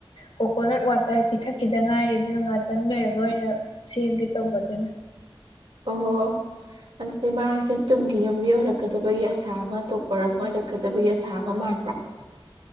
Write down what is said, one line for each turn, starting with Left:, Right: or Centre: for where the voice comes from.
Left: ꯀꯣꯀꯣꯅꯠ ꯋꯥꯇꯔ ꯄꯤꯊꯛꯈꯤꯗ ꯉꯥꯏꯔꯦ ꯑꯗꯨꯅ ꯈꯤꯇꯪ ꯂꯩꯔꯒ ꯑꯣꯏꯅ ꯁꯦꯝꯒꯦ ꯇꯧꯕ ꯑꯗꯨꯅ
Right: ꯑꯣ ꯑꯗꯨꯗꯤ ꯃꯥꯁꯦ ꯇꯨꯡꯒꯤ ꯌꯨꯝꯕꯤ ꯑꯣꯏꯔꯛꯀꯗꯕꯒꯤ ꯑꯁꯥ ꯑꯃ ꯇꯇꯣꯞꯄꯔ ꯑꯃ ꯑꯣꯏꯔꯛꯀꯗꯕꯒꯤ ꯑꯁꯥ ꯑꯃ ꯃ <unintelligible> <inaudible>